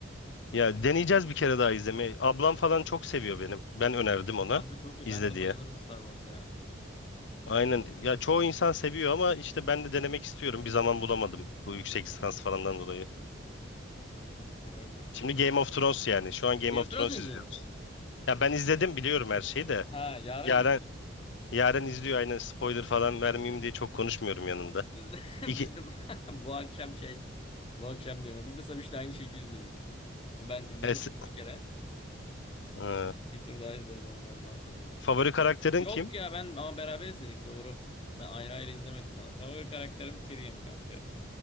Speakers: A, on the left (about 70°); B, on the left (about 30°).
A: Ya deneyeceğiz bir kere daha izlemeyi. Ablam falan çok seviyor benim. Ben önerdim ona
B: Kanka çok iyi.
A: izle
B: Ben de
A: diye.
B: bayılırım Star Wars'a ya.
A: Aynen. Ya çoğu insan seviyor ama işte ben de denemek istiyorum. Bir zaman bulamadım bu yüksek lisans falandan dolayı.
B: Aynen.
A: Şimdi Game of Thrones yani. Şu an Game
B: Game
A: of
B: of Thrones
A: Thrones
B: mu izliyorsunuz?
A: izliyoruz. Ya ben izledim biliyorum her şeyi de.
B: Ha, yarın
A: Yaren,
B: mı izliyorsunuz?
A: Yaren izliyor aynen spoiler falan vermeyeyim diye çok konuşmuyorum yanında.
B: Biz de, <laughs>
A: İki,
B: biz de <laughs> bu akşam şey bu akşam diyorum. ya, Biz de Sabiş'le aynı şekilde izledik. O ben izlemiştim
A: es,
B: bir kere.
A: Ee,
B: Bir tur daha izledim onu ondan sonra.
A: favori karakterin
B: Yok
A: kim?
B: ya ben ama beraber izledik doğru. Ben ayrı ayrı izlemedik onu. Favori karakterim Tyrion kanka.